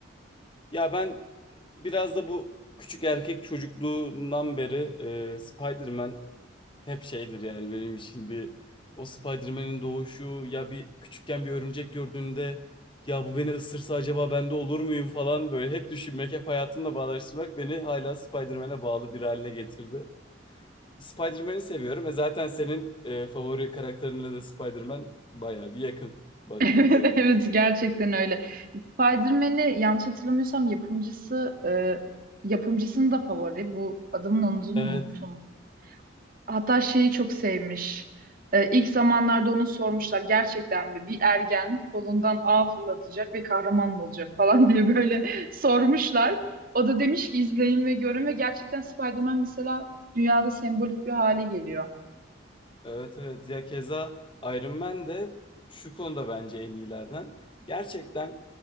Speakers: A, on the left (about 25°); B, on the right (about 45°).
A: Ya ben biraz da bu küçük erkek çocukluğundan beri e, Spider-Man hep şeydir yani benim için bir o Spider-Man'in doğuşu ya bir küçükken bir örümcek gördüğünde ya bu beni ısırsa acaba ben de olur muyum falan böyle hep düşünmek hep hayatımla bağdaştırmak beni hala Spider-Man'e bağlı bir haline getirdi. Spider-Man'i seviyorum. E zaten senin e, favori karakterinle de Spider-Man bayağı bir yakın
B: <laughs>
A: baktığında.
B: Evet, evet gerçekten öyle. Spider-Man'i yanlış hatırlamıyorsam yapımcısı e, yapımcısının da favori. Bu adamın adını
A: Evet,
B: unuttum. Hatta şeyi çok sevmiş. Ee, ilk zamanlarda onu sormuşlar gerçekten mi bir ergen kolundan ağ fırlatacak ve kahraman mı olacak falan <laughs> diye böyle sormuşlar. O da demiş ki izleyin ve görün ve gerçekten Spider-Man mesela dünyada sembolik bir hale geliyor.
A: evet, evet. Ya keza Iron Man de şu konuda bence en iyilerden. Gerçekten